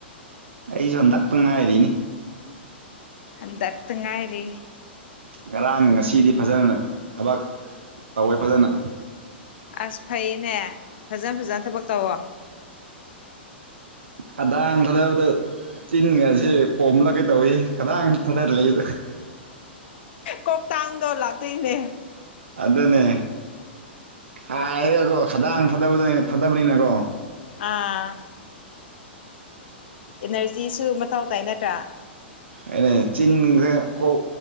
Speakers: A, on the right (about 85°); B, on the left (about 65°).
A: ꯑꯩꯁꯨ ꯍꯟꯗꯛꯇ ꯉꯥꯏꯔꯤꯅꯤ
B: ꯍꯟꯗꯛꯇ ꯉꯥꯏꯔꯤ
A: ꯉꯔꯥꯡ ꯉꯁꯤꯗꯤ ꯐꯖꯅ ꯊꯕꯛ ꯇꯧꯋꯦ ꯐꯖꯅ
B: ꯑꯁ ꯐꯩꯅꯦ ꯐꯖꯅ ꯐꯖꯅ ꯊꯕꯛ ꯇꯧꯋꯣ
A: ꯈꯗꯥꯡ ꯊꯗꯕꯗ ꯆꯤꯟꯒꯁꯦ ꯄꯣꯝꯂꯒꯦ ꯇꯧꯋꯦ ꯀꯗꯥꯡ ꯊꯗꯔ ꯂꯩꯕꯗ
B: ꯀꯣꯛꯇꯥꯡꯗꯣ ꯂꯥꯛꯇꯣꯏꯅꯦ
A: ꯑꯗꯨꯅꯦ ꯈꯥꯏꯔꯒꯀꯣ ꯈꯗꯥꯥꯡ ꯊꯥꯗꯕꯗ ꯊꯥꯗꯕꯅꯤꯅꯀꯣ
B: ꯑꯥ ꯑꯦꯅꯔꯖꯤꯁꯨ ꯃꯊꯧ ꯇꯥꯏ ꯅꯠꯇ꯭ꯔꯥ
A: ꯑꯩꯅꯦ ꯆꯤꯟꯈꯔꯦꯀꯣ